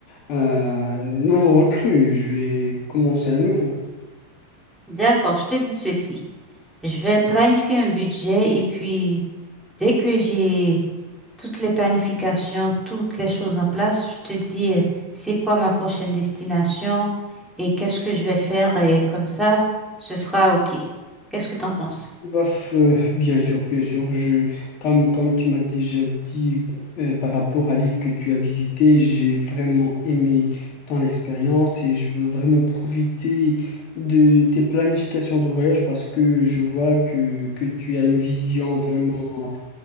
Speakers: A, on the left; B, in the centre.
A: un nouveau recrue. Je vais commencer à nouveau.
B: D'accord, je te dis ceci. Je vais planifier un budget et puis dès que j'ai toutes les planifications, toutes les choses en place. Je te dis, euh, c'est quoi ma prochaine destination et qu'est-ce que je vais faire et comme ça, ce sera OK. Qu'est-ce que tu en penses?
A: Bof, euh, bien sûr, bien sûr. Je, comme, comme tu m'as déjà dit euh, par rapport à l'île que tu as visitée, j'ai vraiment aimé ton expérience et je veux vraiment profiter de tes planifications de voyage parce que je vois que, que tu as une vision vraiment